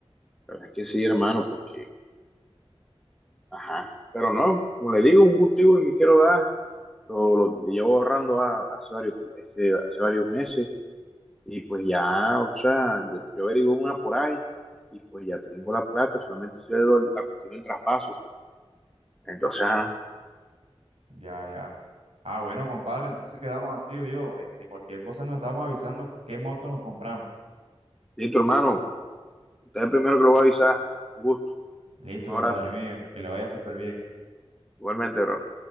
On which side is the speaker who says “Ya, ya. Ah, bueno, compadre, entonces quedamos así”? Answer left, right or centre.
Right